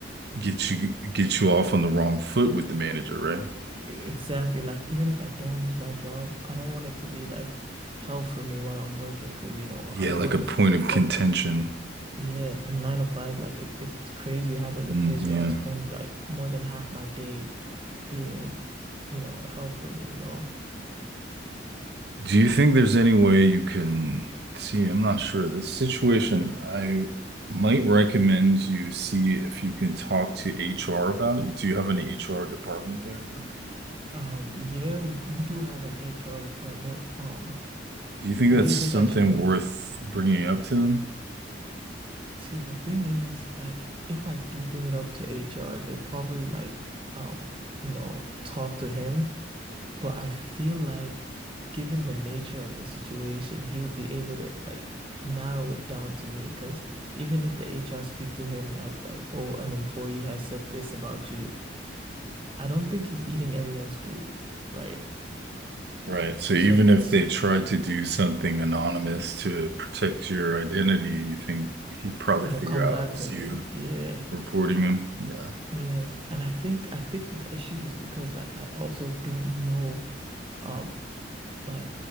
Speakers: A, on the right (about 60°); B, on the right (about 30°).
A: get you get you off on the wrong foot with the manager, right?
B: Exactly. Like, even if I don't lose my job, I don't want it to be like hell for me while I'm working because, you know, I
A: Yeah,
B: work
A: like a point
B: f
A: of
B: from
A: contention.
B: like, yeah, from nine to five. Like, it's, it's crazy having the
A: Mm,
B: place
A: yeah.
B: where I spend like more than half my day being, you know, hell for me, you know?
A: Do you think there's any way you can see? I'm not sure. This situation, I might recommend you see if you can talk to HR about it. Do you have an HR department there at work?
B: Um, yeah, we, we do have an HR department. Um,
A: Do you think
B: what
A: that's
B: do you
A: something
B: think I should do?
A: worth bringing up to them?
B: See, the thing is, like, if I do bring it up to HR, they'll probably like, um, you know, talk to him. But I feel like, given the nature of the situation, he would be able to like narrow it down to me. Because even if the HR speak to him as like, oh, an employee has said this about you, I don't think he's eating everyone's food, right?
A: Right. So even
B: So,
A: if
B: so
A: they tried to do something anonymous to protect your identity, you think he'd probably
B: it'll
A: figure
B: come
A: out
B: back
A: it was
B: to me.
A: you.
B: Yeah.
A: Reporting him?
B: Uh,
A: Yeah.
B: Yeah, and I think I think my issue is because like I also don't know um like